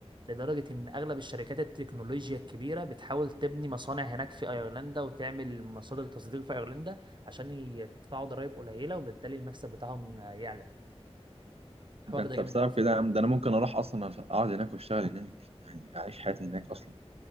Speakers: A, on the right (about 45°); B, on the right (about 65°).
A: لدرجة ان اغلب الشركات التكنولوجيا الكبيرة بتحاول تبني مصانع هناك في ايرلندا وتعمل مصادر تصدير في ايرلندا عشان يدفعوا ضرايب قليلة وبالتالي المكسب بتاعهم يعلى الحوار
B: ده انت
A: ده جامد
B: بسبب
A: قوي في
B: كده يا عم، ده انا ممكن اروح اصلا أف- اقعد هناك واشتغل هناك يعني اعيش حياتي هناك
A: ايرلندا
B: اصلا